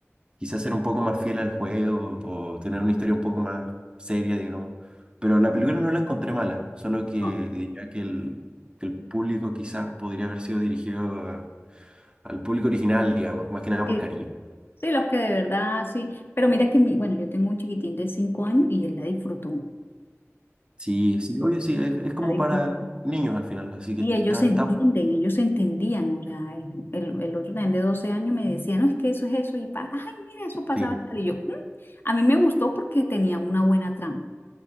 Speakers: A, on the right (about 20°); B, on the left (about 45°).
A: quizás ser un poco más fiel al juego o tener una historia un poco más seria, digamos. Pero la película no la encontré mala, solo que
B: no,
A: diría que el, que el público quizás podría haber sido dirigido a- al público original, digamos, más que nada por
B: sí,
A: cariño.
B: sí. Sí, los que de verdad, sí. Pero mira que mi, bueno, yo tengo un chiquitín de cinco años y él la disfrutó.
A: Sí, sí, obvio, sí, es, es como
B: La disfrutó.
A: para niños al final, así que
B: Y ellos
A: está,
B: se
A: está,
B: entienden, ellos se entendían, o sea, el, el- el otro también de 12 años me decía, no, es que eso es eso, y para, ay, mira, eso pasaba,
A: sí,
B: y tal", y yo, "Mm". A mí me gustó porque tenía una buena trama,